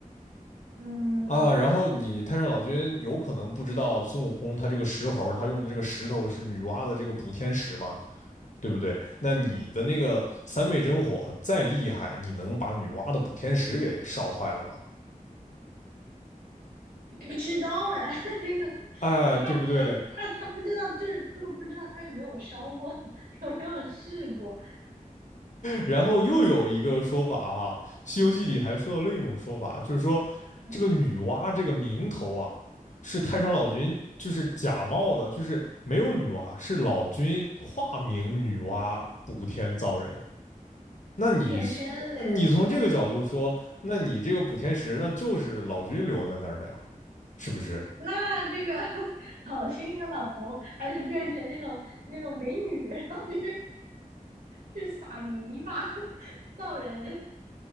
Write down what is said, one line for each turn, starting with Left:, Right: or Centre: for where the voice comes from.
Right: 嗯，
Left: 啊，然后你太上老君有可能不知道孙悟空他这个石猴他用的这个石头是女娲的这个补天石嘛，对不对？那你的那个三昧真火再厉害，你能把女娲的补天石给烧坏了吗？
Right: 不知道哎，<laughs> 这个
Left: 哎，
Right: 他他他他不知道，
Left: 对不对？
Right: 就是就不知道他有没有烧过，<laughs> 有没有试过，
Left: 然后又有一个说法哈，《西游记》里还说到另一种说法，就是说这个女娲这个名头啊，
Right: 嗯，
Left: 是太上老君就是假冒的，就是没有女娲，是老君化名女娲补天造人。那你
Right: 就变身呗，
Left: 你从这个角度说，那你这个补天石那就是老君留在那儿的呀，是不是？
Right: 那这个 <laughs> 老一个老头还得变成那种那种美女，<laughs> 然后去去撒泥巴造人。